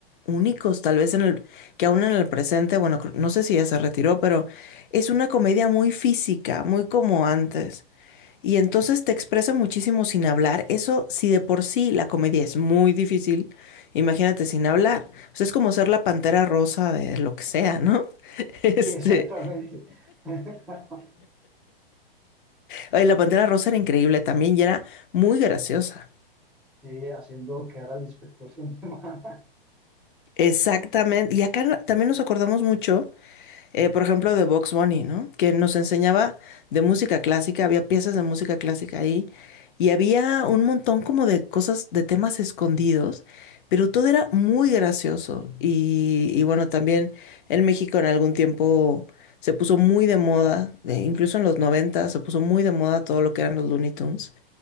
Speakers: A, on the left (about 55°); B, in the centre.
A: únicos tal vez en el que aún en el presente, bueno, cr- no sé si ya se retiró, pero es una comedia muy física, muy como antes. Y entonces te expresa muchísimo sin hablar. Eso, si de por sí la comedia es muy difícil, imagínate sin hablar. O sea, es como ser la Pantera Rosa de lo que sea, ¿no? <laughs> Este,
B: sí, exactamente. <laughs>
A: ay, la Pantera Rosa era increíble también y era muy graciosa.
B: sí, haciendo quedar al inspector siempre más.
A: Exactamente. Y acá también nos acordamos mucho, eh, por ejemplo, de Box Bunny, ¿no? Que nos enseñaba de música clásica, había piezas de música clásica ahí y había un montón como de cosas, de temas escondidos, pero todo era muy gracioso. Y, y bueno, también en México en algún tiempo se puso muy de moda, de- incluso en los 90 se puso muy de moda todo lo que eran los Looney Tunes,